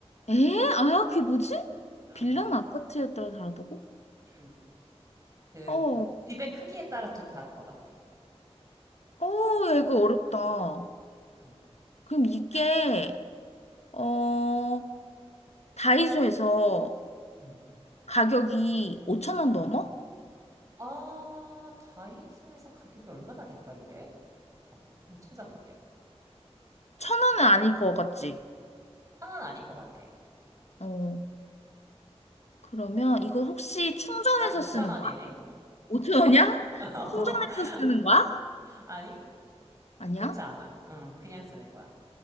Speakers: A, on the left (about 75°); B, on the right (about 30°).
A: 에? 아, 그게 뭐지?
B: 음.
A: 빌랑 아파트에 따라 다르다고?
B: 음. 그
A: 어,
B: 입의 크기에 따라 좀 다를 것 같아.
A: 어, 야, 이거 어렵다.
B: 음,
A: 그럼 이게,
B: 음,
A: 어, 다이소에서
B: 음,
A: 가격이 5,000원
B: 음.
A: 넘어?
B: 아, 다이소에서 가격이 얼마나 될까, 이게? 잠깐만, 한번 찾아볼게.
A: 1,000원은 아닐 것 같지?
B: 하나는 아닐 것 같아.
A: 어, 그러면 이거 혹시 충전해서
B: 딱 5천
A: 쓰는
B: 원이네.
A: 거야? 5,000원이야?
B: <laughs>
A: 충전해서 쓰는 거야?
B: 아니?
A: 아니야?
B: 그렇지 않아. 응, 그냥 쓰는 거야.